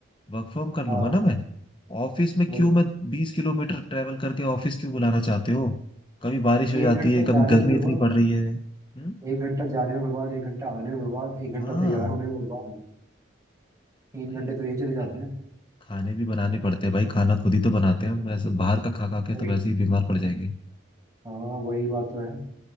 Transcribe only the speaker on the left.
वर्क फ्रॉम कर
लूंगा
ना मैं ऑफिस में
क्यों मैं बीस किलोमीटर ट्रेवल करके ऑफिस क्यों बुलाना चाहते हो कभी बारिश हो
जाती
है कभी
गर्मी
इतनी पड़ रही है हम्म
हाँ
भाई
खाने भी बनाने पड़ते हैं भाई खाना खुद ही तो बनाते हैं हम ऐसे बाहर का खा खा के
तो वैसे ही बीमार पड़ जाएंगे